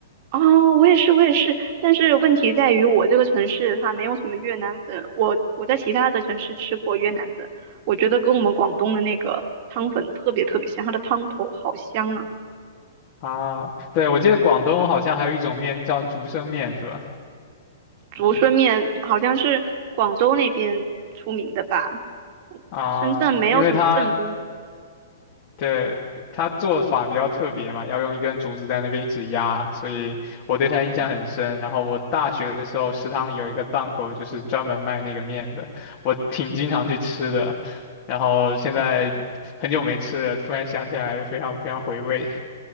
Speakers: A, on the right (about 30°); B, on the left (about 30°).
A: 哦，我也是，我也是，但是问题在于我这个城市它没有什么越南粉，我我在其他的城市吃过越南粉，我觉得跟我们广东的那个汤粉特别特别像，它的汤头好香啊！
B: 啊，对，我记得广东好像还有一种面叫竹升面，是吧？
A: 竹荪面好像是广州那边出名的吧，
B: 啊，
A: 深圳没有什么正宗，
B: 因为它对它做法比较特别嘛，要用一根竹子在那边一直压，所以我对它印象很深。
A: 嗯
B: 然后我大学的时候，食堂里有一个档口，就是专门卖那个面的，我挺经常去吃的。然后现在很久没吃了，
A: 嗯，
B: 突然想起来，非常非常回味。